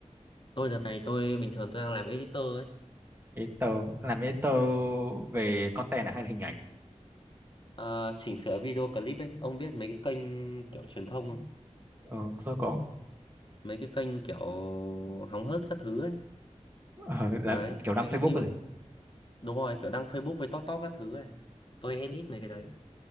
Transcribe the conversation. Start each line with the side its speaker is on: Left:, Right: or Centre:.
Left: tôi đợt này tôi bình thường tôi đang làm editor ấy
Right: editor làm editor về content à hay là hình ảnh
Left: Ờ, chỉnh sửa video clip ấy ông biết mấy cái kênh kiểu truyền thông không
Right: ờ, tôi có
Left: mấy cái kênh kiểu hóng hớt các thứ ấy
Right: ờ, làm
Left: đấy
Right: kiểu đăng
Left: mấy
Right: Facebook
Left: cái phim
Right: rồi
Left: đúng rồi kiểu đăng Facebook với top top các thứ ấy tôi edit mấy cái đấy